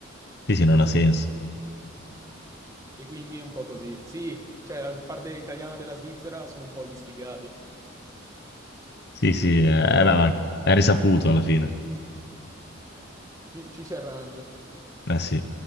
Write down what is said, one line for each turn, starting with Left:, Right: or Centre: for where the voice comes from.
Left: Sì, sì, non ha senso.
Right: E quindi è un po' così. Sì, cioè la parte italiana della Svizzera sono un po' gli sfigati,
Left: Sì, sì, eh, eh,
Right: però
Left: ma- ma è risaputo alla fine.
Right: eh, ci, ci si arrangia.
Left: Eh sì.